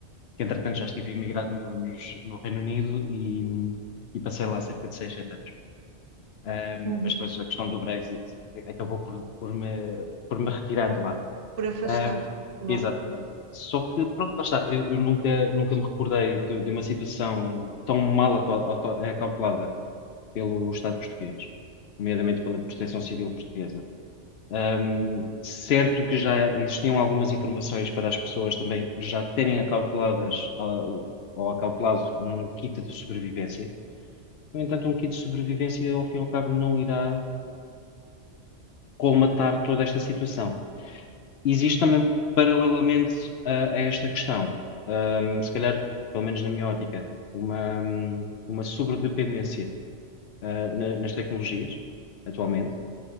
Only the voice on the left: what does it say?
que entretanto já estive imigrado no, nos- no Reino Unido e, e passei lá cerca de seis sete anos. Ahm,
mas depois a questão do Brexit acabou por, por me, por me retirar de lá.
Ahm,
exatamente. Só que, pronto, lá está, eu, eu nunca, nunca me recordei de, de uma situação tão mal acal- auto- acautelada pelo Estado português, nomeadamente pela Proteção Civil portuguesa. Um, certo que já existiam algumas informações para as pessoas também já terem acauteladas ah, ou acautelado um kit de sobrevivência. No entanto, um kit de sobrevivência, ao fim e ao cabo, não irá colmatar toda esta situação. Existe também, paralelamente a, a esta questão, um, se calhar, pelo menos na minha ótica, uma, uma sobredependência ah, na- nas tecnologias, atualmente.